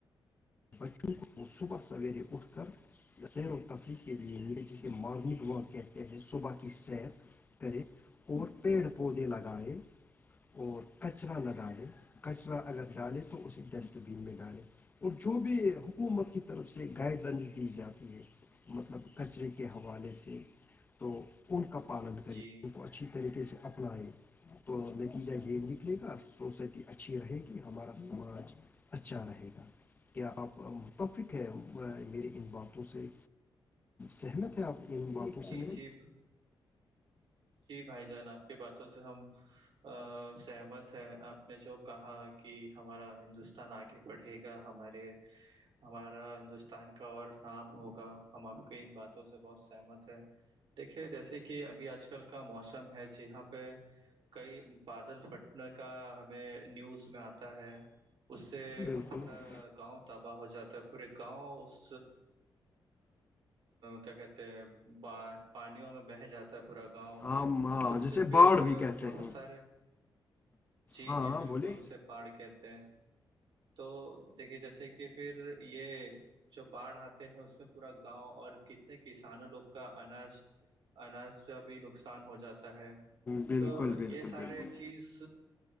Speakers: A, on the left; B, on the right.
A: بچوں کو صبح سویرے اٹھ کر سیر و تفریح کے لیے جسے مارننگ واک کہتے ہیں صبح کی سیر کرے اور پیڑ پودے لگائے اور کچرا نہ ڈالیں کچرا اگر ڈالیں تو اسی ڈسٹ بین میں ڈالیں اور جو بھی حکومت کی طرف سے گائیڈ لائنس دی جاتی ہے مطلب کچرے کے حوالے سے تو ان کا پالن کرے
B: جی
A: کو اچا اچھی طریقے سے اپلائیں تو نتیجہ یہ نکلے گا سوسائٹی اچھی رہے گی ہمارا سماج اچھا رہے گا کیا آپ متفق ہے میری ان باتوں سے سہمت ہے آپ جی بالپ
B: جی
A: سے نے
B: جی جی بھائی جان آپ کے باتوں سے ہم ا سہمت ہے آپ نے جو کہا کہ ہمارا ہندوستان آگے پڑھے گا ہمارے ہمارا ہندوستان کا اور نام ہو ہم آپ کی ان باتوں سے بہت سہمت ہے دیکھیے جیسے کہ ابھی آج کل کا موسم ہے جاں پہ کئی بادل پھٹنے کا ہمیں نیوز میں آتا ہے اس سے
A: میرے بالکل
B: پورا گاؤں تباہ ہو جاتا ہے پورے گاؤں اس کیا کہتے ہیں ب پانیوں میں بہ جاتا ہے پورا گاؤں
A: آم ہاں
B: اس
A: جسے
B: سے پھر
A: باڑھ بھی کہتے
B: بہت
A: ہیں
B: سارے جی
A: ہاں
B: جی
A: ہاں
B: بالکل
A: بولیے
B: اس باڑ کہتے ہیں تو دیکھیے جیسے کہ پھر یہ جو پہاڑ ہات ہیں اس میں پورا گاؤں اور کتنے کسانوں لوگ کا اناج اناج کا بھی نقصان نقصان ہو جاتا ہے
A: بالکل
B: تو
A: بالکل
B: یہ سارے
A: بالکل
B: چیز